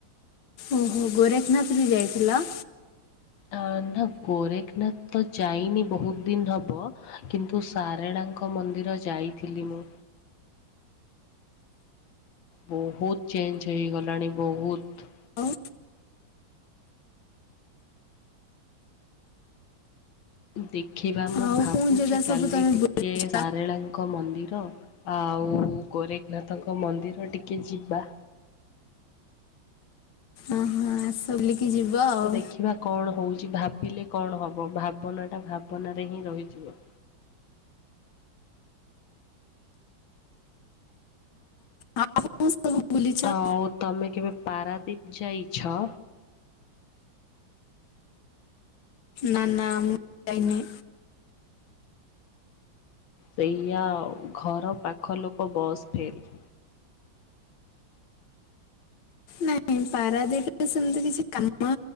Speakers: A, on the left (about 65°); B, on the left (about 85°).
A: ଓହୋ ଗୋରେଖେନାଥ ବି ଯାଇଥିଲ?
B: ହ ନା ଗୋରେଖେନାଥ ତ ଯାଇନି ବହୁତ ଦିନ ହବ କିନ୍ତୁ ସାରେଳା ଙ୍କ ମନ୍ଦିର ଯାଇଥିଲି ମୁଁ। ବହୁତ ଚେଞ୍ଜ ହୋଇଇଗଲାଣି ବହୁତ
A: ଆଉ
B: ଦେଖିବା ମୁଁ
A: ଆଉ
B: ଭାବୁଚି
A: କୋଉ ଜାଗା
B: କାଲି
A: ସବୁ ତମେ
B: ଟିକେ
A: ବୁଲିଛ?
B: ସାରଳାଙ୍କ ମନ୍ଦିର ଆଉ ଗୋରେଖେନାଥଙ୍କ ମନ୍ଦିର ଟିକେ ଯିବା।
A: ଅ ହ ଆସ ବୁଲିକି ଯିବ ଆଉ।
B: ଦେଖିବା କଣ ହେଉଚି ଭାବିଲେ କଣ ହେବ ଭାବନାଟା ଭାବନାରେ ହିଁ ରହିଯିବ।
A: ଆଉ <unintelligible> ବୁଲିଛ
B: ଆଉ ତମେ କେବେ ପାରାଦଵୀପ ଯାଇଛ?
A: ନା ନା ମୁଁ ଯାଇନି।
B: ସେଇଆ ଆଉ ଘର ପାଖ ଲୋକ ବସ୍ ଫେଲ୍‌।
A: ନାଇଁ ପାରାଦ୍ୱୀପ ରେ ସେମତି କିଛି କାମ